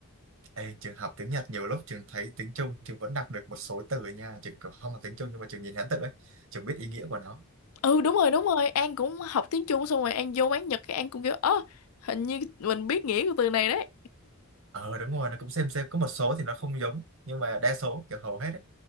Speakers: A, on the right (about 60°); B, on the left (about 80°).
A: Ê, trường học tiếng Nhật nhiều lúc trường thấy tiếng Trung trường vẫn đọc được một số từ nha trường cũng không học tiếng Trung nhưng mà trường nhìn Hán tự ấy trường biết ý nghĩa của nó
B: Ừ đúng rồi, đúng rồi, An cũng học tiếng Trung xong rồi An vô quán Nhật cái An cũng kiểu ơ hình như mình biết nghĩa của từ này đấy.
A: ờ đúng rồi nó cũng xem xem có một số thì nó không giống nhưng mà đa số kiểu hầu hết ấy